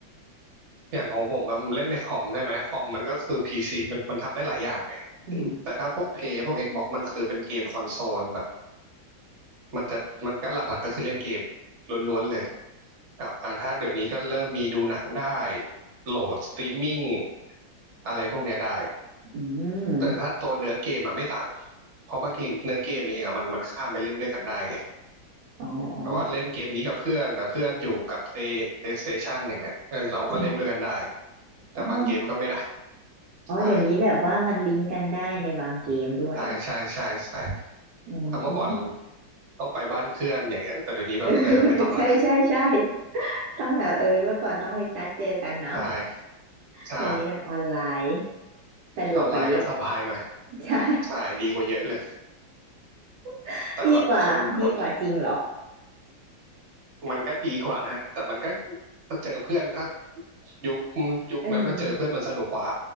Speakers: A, on the right; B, on the right.
A: อย่างของผมอะผมเล่นในคอมใช่ไหมคอมมันก็คือพีซีมันมันทำได้หลายอย่างไงอืมแต่ถ้าพวกเพย์พวกเอกบอกมันคือเป็นเกมคอนโซลแบบ
B: อืม
A: มันจะมันก็หลักๆก็คือเล่นเกมล้วนๆเลยกับอ่าถ้าเดี๋ยวนี้ก็เริ่มมีดูหนังได้โหลดสตรีมมิ่งอะไรพวกเนี้ยได้
B: อืม
A: แต่ถ้าตัวเนื้อเกมอะไม่ต่างเพราะบางทีเนื้อเกมเองอะมันมันข้ามไปเล่นด้วยกันได้ไง
B: อ๋ออ๋อ
A: แต่ว่าเล่นเกมนี้กับเพื่อนแต่เพื่อนอยู่กับ Play PlayStation อย่างเงี้ยเออเราก็เล่นด้วยกันได้
B: เอออ
A: แต่บางเกมก็ไม่ได้
B: ๋ออ๋อเดี๋ยวนี้แบบว่ามันลิงก์กันได้ในบางเกมด้วย
A: ใช่ ใช่ใช่ใช่ใช่
B: อืม
A: ถ้าเมื่อก่อน
B: <laughs> อืม
A: ต้องไปบ้านเพื่อนอย่างเงี้ยแต่เดี๋ยวนี้แบบเออไม่ต้องละ
B: <laughs> ใช่ใช่ใช่ต้องแบบเออเมื่อก่อนต้องไปนัดเจอกันเนาะ
A: ใช่ใช่
B: เดี๋ยวนี้แบบออนไลน์สะดวกกว่าเยอะ
A: ออนไลน์ก็สบายหน่อย
B: <laughs> ใช่
A: ใช่ดีกว่าเยอะเลย
B: <laughs>
A: แต่แบบคนคน
B: ดีกว่าดีกว่าจริงเหรอ
A: มันก็ดีกว่านะแต่มันก็ถ้าเจอเพื่อนถ้ายุคยุคนั้นมันเจอเพื่อนมันสนุกกว่า
B: เออ